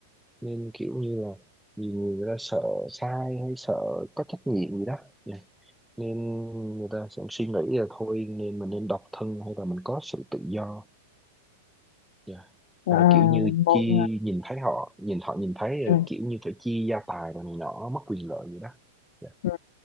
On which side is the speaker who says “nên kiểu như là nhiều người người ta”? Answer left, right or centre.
Centre